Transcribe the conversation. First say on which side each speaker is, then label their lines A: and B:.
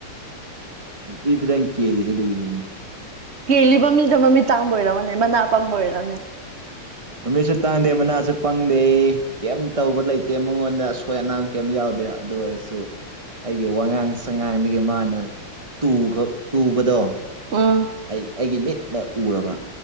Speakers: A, on the right; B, on the right.
A: ꯅꯨꯄꯤ ꯐꯖꯟ ꯀꯦꯜꯂꯤꯁꯦ ꯑꯗꯨꯒꯤꯅꯤꯅꯦ
B: ꯀꯦꯜꯂꯤꯕ ꯃꯤꯗꯣ ꯃꯃꯤꯠ ꯇꯥꯡꯕ ꯑꯣꯏꯔꯝꯃꯅꯦ ꯃꯅꯥ ꯄꯪꯕ ꯑꯣꯏꯔꯝꯅꯦ
A: ꯃꯃꯤꯠꯁꯨ ꯇꯥꯡꯗꯦ ꯃꯅꯥꯁꯨ ꯄꯪꯗꯦ ꯀꯩꯝ ꯇꯧꯕ ꯂꯩꯇꯦ ꯃꯉꯣꯟꯗ ꯑꯁꯣꯏ ꯑꯅꯥꯝ ꯀꯩꯝ ꯌꯥꯎꯗꯦ ꯑꯗꯨ ꯑꯣꯏꯔꯁꯨ ꯑꯩꯒꯤ ꯋꯥꯉꯥꯡ ꯁꯉꯥꯡꯗꯒꯤ ꯃꯥꯅ ꯇꯨꯈꯥ ꯇꯨꯕꯗꯣ
B: ꯎꯝ
A: ꯑꯩ ꯑꯩꯒꯤ ꯃꯤꯠꯅ ꯎꯔꯕ